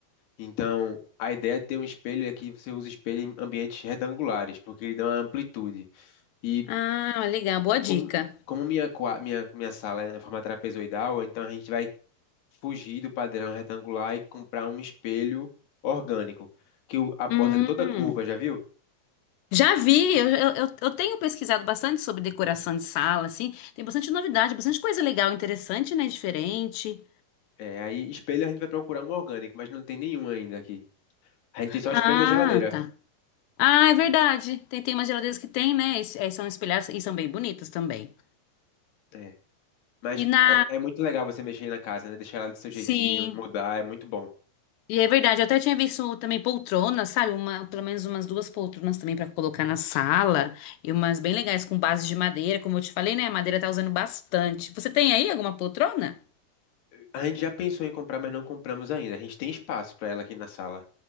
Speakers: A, on the left (about 75°); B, on the left (about 85°).
A: Então, a ideia de ter um espelho é que você usa espelho em ambientes retangulares, porque ele dá uma amplitude. E
B: Ah, legal, boa dica.
A: Como, como minha, qua- minha, minha sala é na forma trapezoidal, então a gente vai fugir do padrão retangular e comprar um espelho orgânico, que o- a borda
B: Hum,
A: é toda curva, já viu?
B: já vi, eu, eu, eu eu tenho pesquisado bastante sobre decoração de sala, assim. Tem bastante novidade, bastante coisa legal, interessante, né? Diferente.
A: É, aí espelho a gente vai procurar um orgânico, mas não tem nenhum ainda aqui. A gente tem só
B: Ah,
A: espelho da geladeira.
B: tá. Ah, é verdade. Tem, tem umas geladeiras que tem, né? E, e são espelhadas e são bem bonitas também.
A: É. Mas
B: E na.
A: é, é muito legal você mexer na casa, né? Deixar ela do seu
B: Sim.
A: jeitinho, mudar, é muito bom.
B: E é verdade, eu até tinha visto também poltronas, sabe? Uma, pelo menos umas duas poltronas também pra colocar na sala. E umas bem legais com base de madeira, como eu te falei, né? A madeira tá usando bastante. Você tem aí alguma poltrona?
A: A gente já pensou em comprar, mas não compramos ainda. A gente tem espaço para ela aqui na sala.